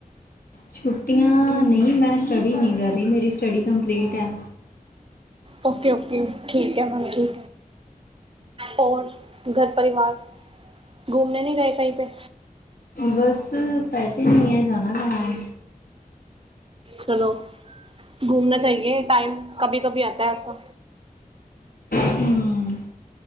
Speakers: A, on the left (about 80°); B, on the right (about 40°).
A: ਛੁੱਟੀਆਂ ਨਹੀਂ ਮੈਂ ਸਟੱਡੀ ਨਹੀਂ ਕਰ ਰਹੀ ਮੇਰੀ ਸਟੱਡੀ ਕੰਪਲੀਟ ਹੈ।
B: ਓਕੇ ਓਕੇ ਠੀਕ ਹੈ ਮੈਮ ਜੀ। ਹੋਰ ਘਰ ਪਰਿਵਾਰ ਘੂੰਮਣੇ ਨਹੀਂ ਗਏ ਕਹੀ ਪੇ।
A: ਬਸ ਪੈਸੇ ਨਹੀਂ ਹੈ ਜਾਣਾ ਕਹਾਂ?
B: ਚਲੋ ਘੁੰਮਣਾ ਚਾਹੀਏ ਟਾਈਮ ਕਭੀ ਕਭੀ ਆਤਾ ਹੈ ਐਸਾ।
A: ਹਮ